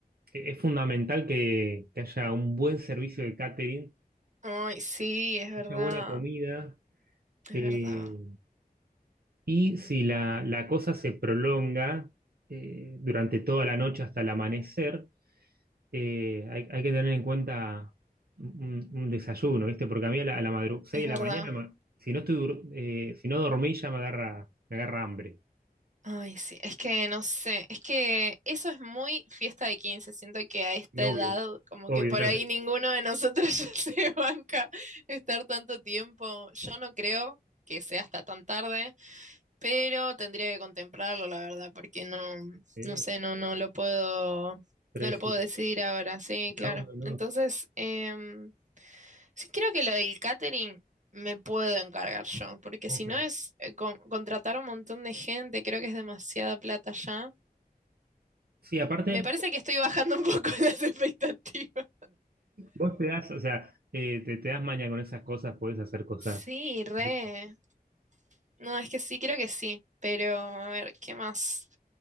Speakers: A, on the right (about 75°); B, on the right (about 50°).
A: Eh, Es fundamental que, que haya un buen servicio de catering,
B: Ay, sí, es verdad,
A: que haya buena comida,
B: es
A: eh,
B: verdad,
A: y si la, la cosa se prolonga eh, durante toda la noche hasta el amanecer, eh, hay, hay que tener en cuenta un, un desayuno, ¿viste? Porque a mí a la, madrugada, 6
B: es
A: de
B: verdad.
A: la mañana, ma- si no estoy, dur- eh, si no dormí ya me agarra, me agarra hambre.
B: Ay, sí, es que no sé, es que eso es muy fiesta de 15. siento que a esta
A: Y obvio,
B: edad como
A: obvio,
B: que por
A: ya
B: ahí
A: sé.
B: ninguno de nosotros <laughs> ya se banca estar tanto tiempo, yo no creo que sea hasta tan tarde, pero tendría que contemplarlo, la verdad, porque no,
A: Eh,
B: no sé, no, no lo puedo,
A: pero
B: no
A: decir,
B: lo puedo decidir ahora, sí,
A: no,
B: claro.
A: no,
B: Entonces,
A: no.
B: em, Sí, creo que lo del catering me puedo encargar yo, porque
A: Ok.
B: si no es eh, con- contratar un montón de gente, creo que es demasiada plata ya.
A: Sí, aparte.
B: Me parece que estoy bajando un poco <laughs> las expectativas.
A: Vos te das, o sea, eh, te, te das maña con esas cosas, podés hacer cosas
B: Sí, re.
A: ricas.
B: No, es que sí, creo que sí, pero a ver, ¿qué más?